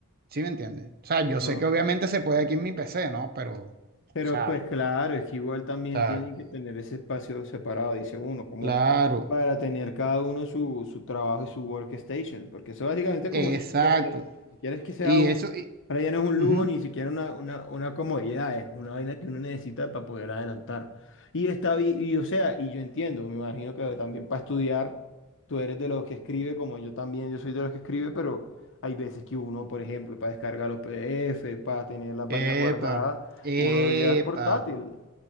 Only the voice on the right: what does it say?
¿Sí me entiendes? O sea, yo
sé que obviamente se puede aquí en mi PC, ¿no? Pero, o
sea,
o sea,
claro,
exacto.
Y
eso, y-
ujú.
Epa,
epa.